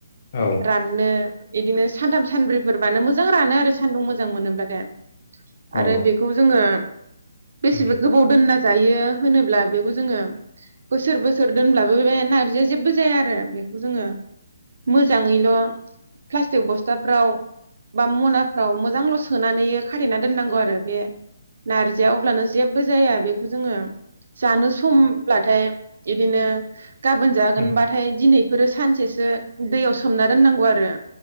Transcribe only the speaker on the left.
औ
औ
उम,
उम,